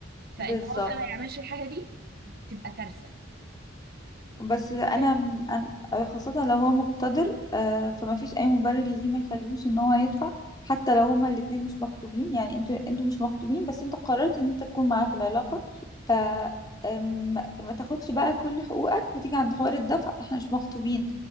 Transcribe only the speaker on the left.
بالظبط
بس انا
أنا- آه، خاصة لو هو مقتدر آه، فما فيش اي مبرر ليه ما يخلوش ان هو يدفع حتى لو هما الاتنين مش مخطوبين يعني انتوا انتوا مش مخطوبين بس انت قررت ان انت تكون معاه في العلاقة ف آم، ما تاخدش بقى كل حقوقك وتيجي عند حوار الدفع احنا مش مخطوبين